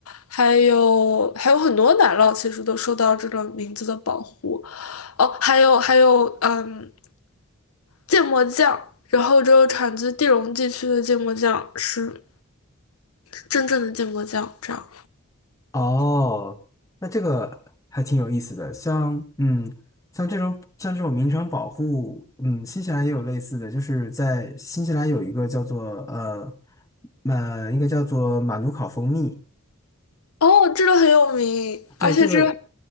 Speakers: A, on the left; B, on the left.
A: 还有还有很多奶酪其实都受到这个名字的保护哦，还有还有嗯，芥末酱，然后只有产自地龙地区的芥末酱是真正的芥末酱，这样
B: 哦，那这个还挺有意思的，像嗯，像这种像这种名称保护，嗯，新西兰也有类似的，就是在新西兰有一个叫做呃，呃，应该叫做马努考蜂蜜，
A: 哦，这个很有名，
B: 对，
A: 而且这个
B: 这个